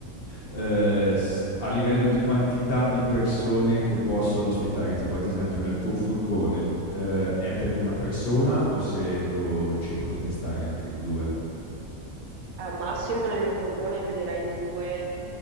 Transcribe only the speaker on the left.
eh, s- a livello di quantità di persone che possono ospitare, tipo ad esempio nel tuo furgone, eh, è per una persona o, se, o ci potete stare anche in due?